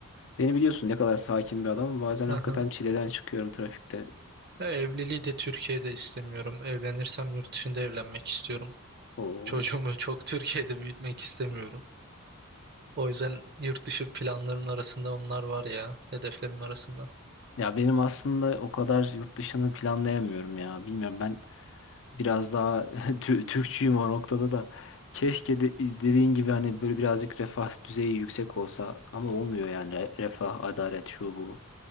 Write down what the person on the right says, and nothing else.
Aha.
Ya evliliği de Türkiye'de istemiyorum. Evlenirsem yurt dışında evlenmek istiyorum.
<laughs> Çocuğumu çok Türkiye'de büyütmek istemiyorum. O yüzden yurt dışı planlarımın arasında onlar var ya, hedeflerimin arasında.